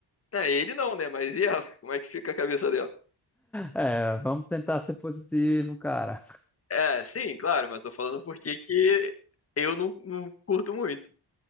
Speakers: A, on the left; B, in the centre.
A: É, ele não, né? Mas e ela? Como é que fica a cabeça dela?
B: É, vamos tentar ser positivo, cara.
A: É, sim, claro, mas tô falando porque que eu não, não curto muito.